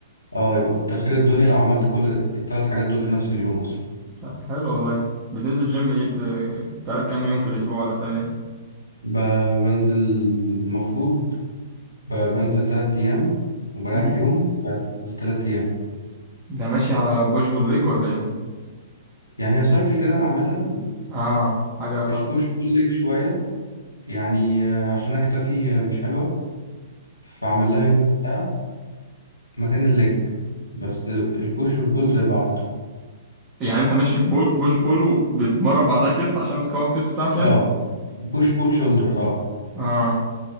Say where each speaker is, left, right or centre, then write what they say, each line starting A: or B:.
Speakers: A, on the left; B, on the right.
A: اه يبقى كتر خير الدنيا لو عملت كل الثلاث حاجات دول في نفس اليوم اصلا
B: طب حلو والله بتنزل جيم ايه بت... تلات كام يوم في الأسبوع ولا بتعمل ايه
A: ب- بنزل المفروض ب- بنزل تلات ايام وبريح
B: مهم.
A: يوم وبعدين بنزل تلات ايام
B: ده ماشي على بوش بول ليج ولا ايه
A: يعني هي سايكل كده انا عاملها
B: اه حاجة خاصة
A: مش بوش بول ليج شويه يعني آه، عشان انا كتفي آه، مش حلوه فعمل لها يوم لوحدها مكان الليج بس البوش والبول زي بعض
B: يعني انت ماشي بول بوش بول وبتمرن بعدها كتف عشان تقوي الكتف بتاعك يعني
A: اه بوش بول شولدر اه
B: اه